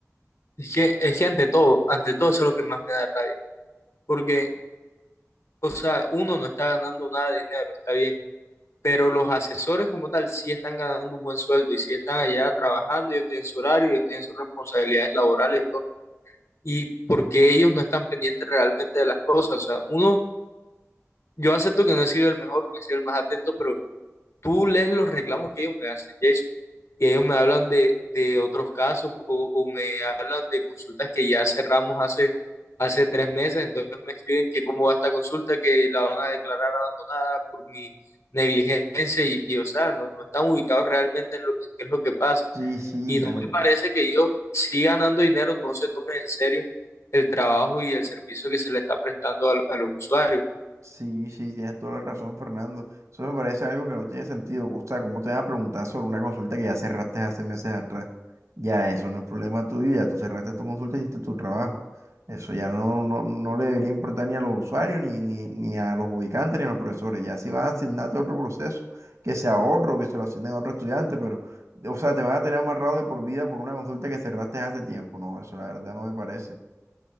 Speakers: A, on the left; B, on the right.
A: Es que, es que ante todo, ante todo eso es lo que más me da rabia. Porque, o sea, uno no está ganando nada de dinero, está bien, pero los asesores como tal sí están ganando un buen sueldo y sí están allá trabajando, ellos tienen su horario, ellos tienen sus responsabilidades laborales y todo. Y porque ellos no están pendientes realmente de las cosas. O sea, uno, yo acepto que no he sido el mejor, no he sido el más atento, pero tú lees los reclamos que ellos me hacen, Jason, y ellos me hablan de, de otros casos o, o me hablan de consultas que ya cerramos hace, hace tres meses, entonces me escriben que cómo va esta consulta, que la van a declarar abandonada por mi negligencia y, y, o sea, no, no están ubicados realmente en, lo, en qué es lo que pasa.
B: Sí, sí,
A: Y no
B: a
A: me
B: mí
A: parece que ellos, si ganando dinero, no se tomen en serio el trabajo y el servicio que se le está prestando a, a los usuarios.
B: Sí, sí, tienes toda la razón, Fernando. Eso me parece algo que no tiene sentido. O sea, ¿cómo te van a preguntar sobre una consulta que ya cerraste hace meses atrás? Ya eso no es problema tuyo, ya tú cerraste tu consulta y hiciste tu trabajo. Eso ya no, no, no le debería importar ni a los usuarios, ni, ni, ni a los ubicantes, ni a los profesores. Ya si van a asignarte otro proceso, que sea otro, que se lo asignen a otro estudiante, pero, o sea, te van a tener amarrado de por vida por una consulta que cerraste hace tiempo. No, eso la verdad no me parece.